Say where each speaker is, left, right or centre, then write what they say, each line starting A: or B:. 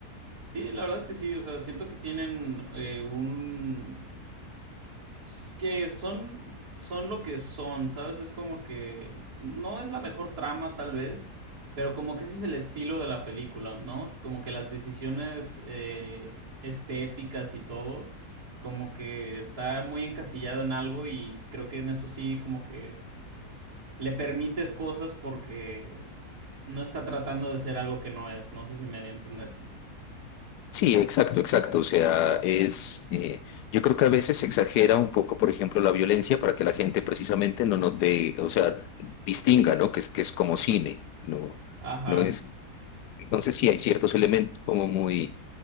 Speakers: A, on the right; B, on the left.
A: sí, la verdad es que sí. O sea, siento que tienen eh, un, s- que son, son lo que son, ¿sabes? Es como que no es la mejor trama tal vez, pero como que ese es el estilo de la película, ¿no? Como que las decisiones eh, estéticas y todo, como que está muy encasillado en algo y creo que en eso sí como que le permites cosas porque no está tratando de ser algo que no es, no sé si me di a entender.
B: Sí, exacto, exacto. O sea, es, eh, yo creo que a veces se exagera un poco, por ejemplo, la violencia para que la gente precisamente no note, o sea, distinga, ¿no? Que es, que es como cine, ¿no?
A: Ajá.
B: No es. Entonces sí hay ciertos elementos como muy,